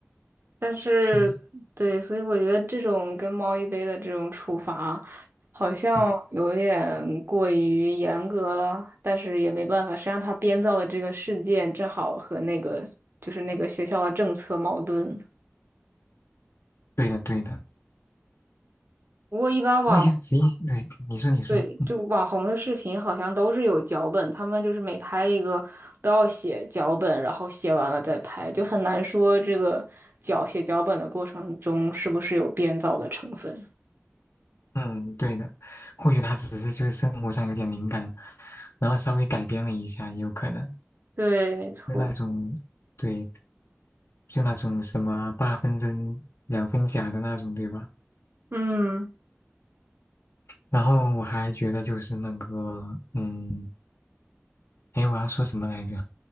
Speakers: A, on the right (about 55°); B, on the left (about 65°).
A: 但是，
B: 所以，
A: 对，所以我觉得这种跟猫一杯的这种处罚，好像有点过于严格了，
B: 嗯，
A: 但是也没办法，谁让他编造的这个事件正好和那个就是那个学校的政策矛盾。
B: 对的对的。
A: 不过一般网，
B: 不过其实仔细，对，你说你说。
A: 对，就网红的视频好像都是有脚本，他们就是每拍一个都要写脚本，然后写完了再拍，就很难说这个脚写脚本的过程中是不是有编造的成分。
B: 嗯，对的，或许他只是就是生活上有点敏感，然后稍微改编了一下，也有可能。
A: 对，没错。
B: 就那种，对，就那种什么八分真两分假的那种，对吧？
A: 嗯，
B: 然后我还觉得就是那个，嗯，哎，我要说什么来着？